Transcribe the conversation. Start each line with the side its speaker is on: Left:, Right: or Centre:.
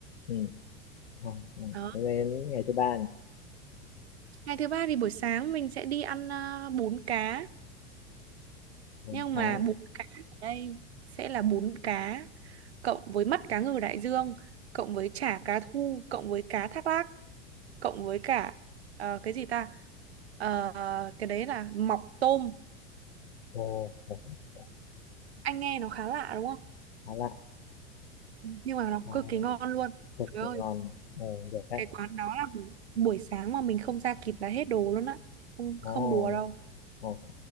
Left: ừ. Ờ,
Right: Đó.
Left: thế đến ngày thứ ba nhỉ
Right: Ngày thứ ba thì buổi sáng mình sẽ đi ăn à, bún cá.
Left: món
Right: Nhưng
Left: cá
Right: mà bún cá ở đây sẽ là bún cá cộng với mắt cá ngừ đại dương, cộng với chả cá thu, cộng với cá thác lác, cộng với cả ờ, cái gì ta? Ờ, cái đấy là mọc tôm.
Left: ồ ồ, ồ,
Right: Anh nghe nó khá lạ đúng không?
Left: khá lạ
Right: nhưng mà nó
Left: Ờ.
Right: cực kỳ ngon luôn
Left: Được
Right: trời
Left: thì
Right: ơi
Left: ngon. Ồ, được đấy.
Right: cái quán đó là buổi buổi sáng mà mình không ra kịp là hết đồ luôn á không
Left: Ồ,
Right: không đùa đâu
Left: ok.